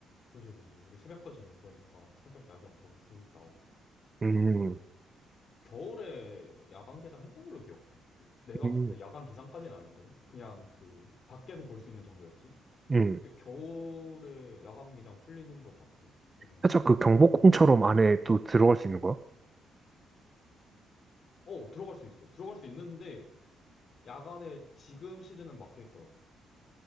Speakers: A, on the left (about 55°); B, on the right (about 25°).
A: 그지, 그지. 우리 새벽까지 놀 거니까 새벽 야경 보러 쓱 나오고.
B: 음,
A: 어. 겨울에 야간 개장 했던 걸로 기억해. 예, 내가
B: 음,
A: 갔을 때 야간 개장까지는 아니었거든? 그냥 그 밖에서 볼 수 있는 정도였지.
B: 음.
A: 근데 겨울에 야간 개장 풀리는 것 같아. 그때 그냥
B: 살짝
A: 쓱 들어가면
B: 그 경복궁처럼
A: 될 듯?
B: 안에 또 들어갈 수 있는 거야?
A: 어, 들어갈 수 있어. 들어갈 수 있는데 야간에 지금 시즌은 막혀 있더라고.